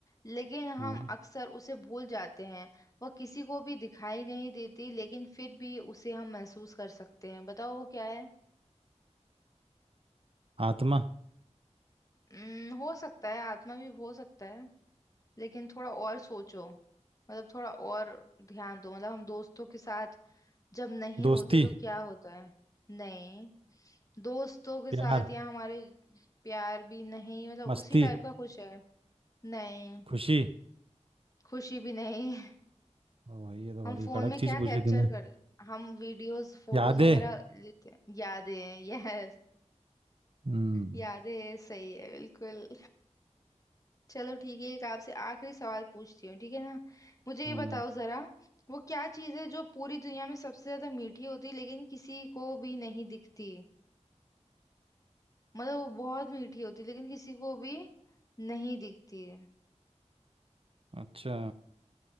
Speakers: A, on the left; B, on the right.
A: लेकिन
B: हम्म,
A: हम अक्सर उसे भूल जाते हैं वह किसी को भी दिखाई नहीं देती लेकिन फिर भी उसे हम महसूस कर सकते हैं बताओ वो क्या है
B: आत्मा
A: उम्म, हो सकता है आत्मा भी हो सकता है लेकिन थोड़ा और सोचो मतलब थोड़ा और ध्यान दो मतलब हम दोस्तों के साथ जब नहीं
B: दोस्ती
A: होते तो क्या होता है नहीं दोस्तों के
B: प्यार
A: साथ या हमारे प्यार भी नहीं मतलब
B: मस्ती
A: उसी टाइप का कुछ है नहीं
B: खुशी
A: खुशी भी नहीं
B: ओ भाई ये तो
A: हम
B: बड़ी
A: फोन
B: कड़क
A: में क्या
B: चीज पूछ
A: कैप्चर
B: ली तूने
A: कर हम वीडियोस फोटोज
B: यादें
A: वगैरह लेते हैं यादें यस
B: हम्म
A: यादें सही है बिल्कुल चलो ठीक है एक आपसे आखिरी सवाल पूछती हूँ ठीक है ना मुझे ये
B: हम्म
A: बताओ जरा वो क्या चीज़ है जो पूरी दुनिया में सबसे ज्यादा मीठी होती है लेकिन किसी को भी नहीं दिखती मतलब वो बहुत मीठी होती है लेकिन किसी को भी नहीं दिखती
B: अच्छा